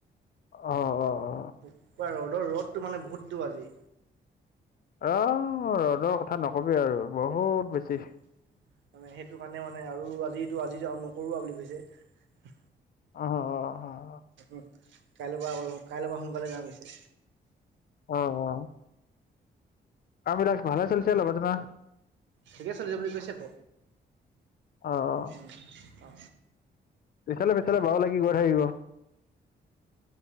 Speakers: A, on the left; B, on the right.
A: অ অ অ
B: পোৰা ৰ'দৰ ৰ'দটো মানে বহুত তো আজি
A: আহ ৰ'দৰ কথা নকবি আৰু বহুত
B: তোমাৰ
A: বেছি
B: মানে সেইটো কাৰণে মানে আৰু আজি আজিটো আৰু নকৰো বা বুলি কৈছে উ
A: অ', অ', অ',
B: উ <inaudible> কাইলৈ পৰা কাইলৈ পৰা সোনকালে যাম কৈছে।
A: আহ অ কাম বিলাক ভালে চলিচে লগৰ জনৰ
B: ঠিকে চলিছে বুলি কৈছে। ক
A: অ', অ'।
B: উম অ।
A: পিছলে পিছলে বাৰু লাগি গৈ থাকিব।